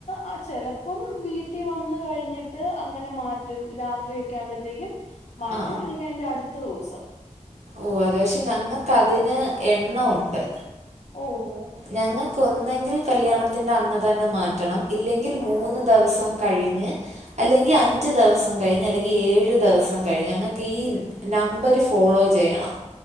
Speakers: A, on the left; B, on the right.
A: ആഹ് ചെലപ്പം വീട്ടി വന്ന് കഴിഞ്ഞിട്ട് അങ്ങനെ മാറ്റുന്നെ രാത്രിയൊക്കെ ആവുമ്പഴ്ത്തെക്കും മാറ്റും
B: ആ
A: അല്ലെങ്കി അയിന്റെ അടുത്ത ദുവ്സം
B: ഓഹ് അതെ പക്ഷെ ഞങ്ങക്ക് അതിന് എണ്ണം ഉണ്ട്
A: ഓഹ്
B: ഞങ്ങക്ക് ഒന്നെങ്കിൽ കല്യാണത്തിന്റെ അന്ന് തന്നെ മാറ്റണം ഇല്ലെങ്കിൽ
A: ആ
B: മൂന്ന് ദെവസം കഴിഞ്ഞ്. അല്ലെങ്കി അഞ്ച് ദെവസം കഴിഞ്ഞ് അല്ലെങ്കി ഏഴ് ദെവസം കഴിഞ്ഞ് ഞങ്ങക്ക് ഈ നമ്പര് ഫോളോ ചെയ്യണം